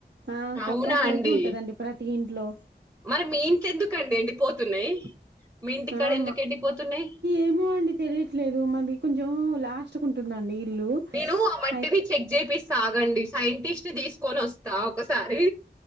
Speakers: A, on the right; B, on the right.
A: ఆ
B: అవునా
A: కంపల్సరీగా
B: అండి
A: ఉంటదండి ప్రతి ఇంట్లో
B: మరి మీ ఇంట్ల ఎందుకండి ఎండిపోతున్నాయి మీ ఇంటికాడ
A: హా
B: ఎందుకు
A: మా
B: ఎండిపోతున్నాయి
A: ఏమో అండి తెలియట్లేదు మరీ దిక్కు కొంచెం లాస్ట్ కు ఉంటుందండి ఇల్లు
B: నేను ఆ మట్టిని
A: అయి
B: చెక్ చేపిస్తా ఆగండి సైంటిస్ట్ తీసుకొని వస్తా ఒకసారి